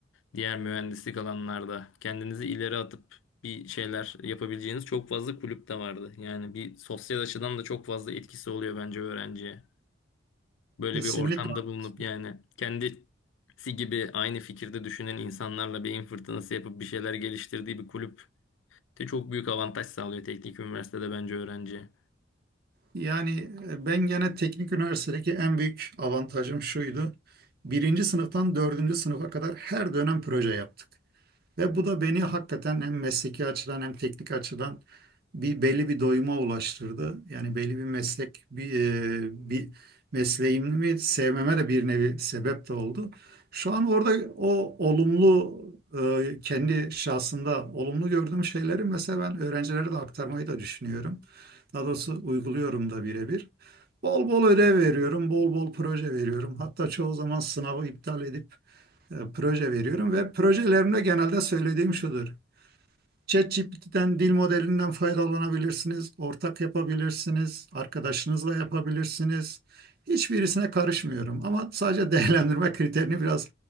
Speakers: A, on the left; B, on the right.
A: diğer mühendislik alanlarda kendinizi ileri atıp bir şeyler yapabileceğiniz çok fazla kulüp de vardı. Yani bir sosyal açıdan da çok fazla etkisi oluyor bence öğrenciye. Böyle
B: Kesinlikle.
A: bir ortamda
B: haklısın.
A: bulunup yani kendisi gibi aynı fikirde düşünen insanlarla beyin fırtınası yapıp bir şeyler geliştirdiği bir kulüp de çok büyük avantaj sağlıyor teknik üniversitede bence öğrenciye.
B: Yani e, ben gene teknik üniversitedeki en büyük avantajım şuydu. Birinci sınıftan dördüncü sınıfa kadar her dönem proje yaptık. Ve bu da beni hakikaten hem mesleki açıdan hem teknik açıdan bir belli bir doyuma ulaştırdı. Yani belli bir meslek bir, e, bir mesleğimi sevmeme de bir nevi sebep de oldu. Şu an orada o olumlu e, kendi şahsında olumlu gördüğüm şeyleri mesela ben öğrencilere de aktarmayı da düşünüyorum. Daha doğrusu uyguluyorum da birebir. Bol bol ödev veriyorum, bol bol proje veriyorum. Hatta çoğu zaman sınavı iptal edip e, proje veriyorum ve projelerimde genelde söylediğim şudur. ChatGPT'den dil modelinden faydalanabilirsiniz, ortak yapabilirsiniz, arkadaşınızla yapabilirsiniz. Hiçbirisine karışmıyorum ama sadece <laughs> değerlendirme kriterini biraz